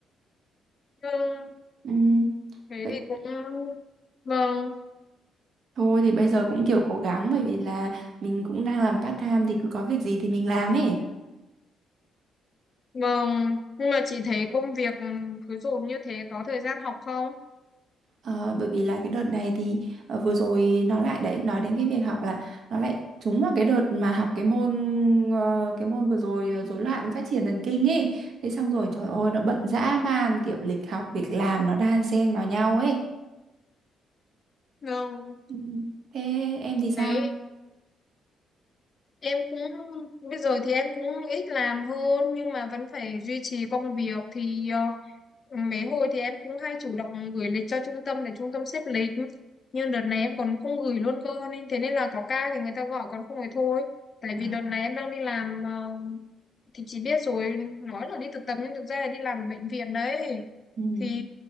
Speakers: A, on the left (about 45°); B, on the right (about 65°).
A: Ừ,
B: ừ.
A: thế
B: vậy
A: thì cũng... Vâng,
B: thôi thì bây giờ cũng kiểu cố gắng bởi vì là mình cũng đang làm part time thì cứ có việc gì thì mình làm ấy
A: Vâng, nhưng mà chị thấy công việc ừ, cứ dồn như thế có thời gian học không?
B: Ờ, bởi vì là cái đợt này thì ờ, vừa rồi nó lại đấy nói đến cái việc học là nó lại trúng vào cái đợt mà học cái môn ờ, cái môn vừa rồi ờ, rối loạn phát triển thần kinh ấy thế xong rồi trời ơi nó bận dã man kiểu lịch học việc làm nó đan xen vào nhau ấy
A: Vâng,
B: Ừ. thế em thì sao
A: đấy, em cũng bây giờ thì em cũng ít làm hơn nhưng mà vẫn phải duy trì công việc thì ờ, mấy hồi thì em cũng hay chủ động gửi lịch cho trung tâm để trung tâm xếp lịch. Nhưng đợt này em còn không gửi luôn cơ nên thế nên là có ca thì người ta gọi còn không thì thôi. Tại vì
B: à
A: đợt này em đang đi làm ờ, thì chị biết rồi, nói là đi thực tập nhưng thực ra là đi làm ở bệnh viện đấy.
B: ừ
A: thì